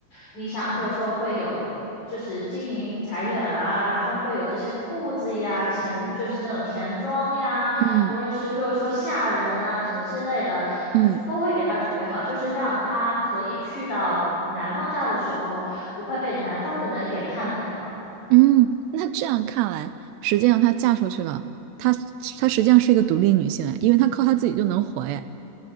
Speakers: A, on the left (about 45°); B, on the right (about 85°).
A: 你想，譬如说会有。就是经营财源啊，然后会有这些铺子呀，钱就是那种田庄呀，
B: 嗯
A: 无论是譬如说下人啊什么之类的，
B: 嗯
A: 就是都会给他准备好，就是让他可以去到南方家的时候，不会被南方的人给看扁了。
B: 嗯，那这样看来，实际上她嫁出去了，她她实际上是一个独立女性哎，因为她靠她自己就能活哎。